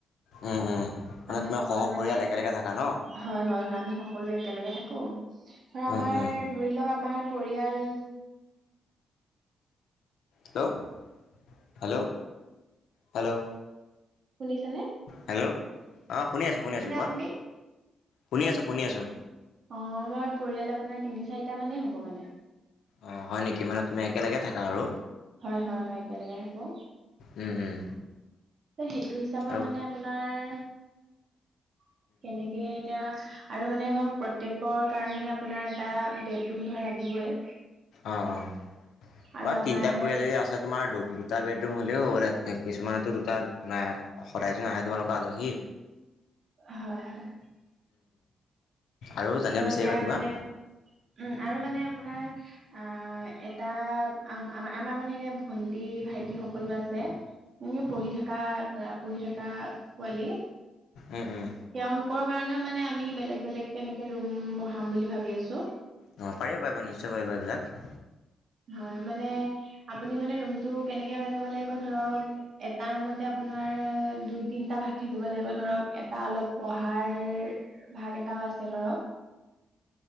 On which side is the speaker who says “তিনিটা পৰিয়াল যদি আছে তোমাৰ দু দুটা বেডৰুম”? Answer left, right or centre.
Left